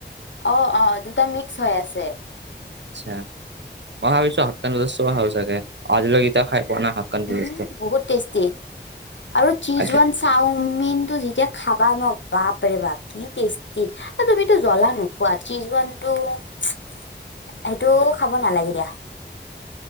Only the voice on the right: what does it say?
আচ্ছা মই ভাবিছোঁ হাক্ক ন ভাব চাগে আজ লগক ইতিয়া খাই পোৱা নাই। নুডলছটো
আজি